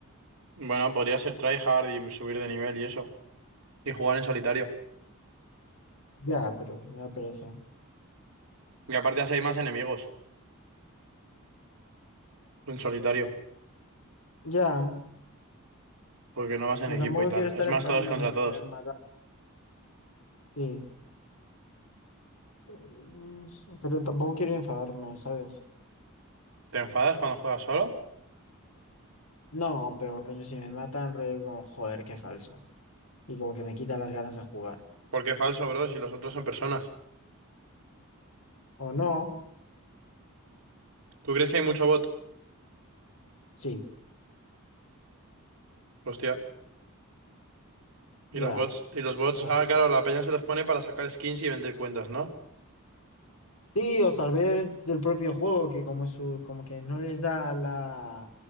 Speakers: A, on the right; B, on the left.
A: Bueno, podría ser tryhard y subir de nivel y eso. Y jugar en solitario.
B: Ya, pero me da pereza.
A: Y aparte así hay más enemigos en solitario.
B: Ya.
A: Porque no vas en
B: Pero
A: equipo
B: tampoco
A: y tal.
B: quiero estar
A: Es más
B: enfadándome
A: todos contra
B: porque
A: todos.
B: me mata. Sí. Mm, Pero tampoco quiero enfadarme, ¿sabes?
A: ¿Te enfadas cuando juegas solo?
B: No, pero rollo, si me matan, rollo como, joder, qué falso. Y como que me quita las ganas de jugar.
A: ¿Por qué falso, bro? Si los otros son personas.
B: O no,
A: ¿Tú crees que hay mucho bot?
B: sí,
A: Hostia. Y
B: ya,
A: los bots, y los bots.
B: así
A: Ah,
B: está.
A: claro, la peña se los pone para sacar skins y vender cuentas, ¿no?
B: Sí, o tal vez del propio juego, que como su, como que no les da la,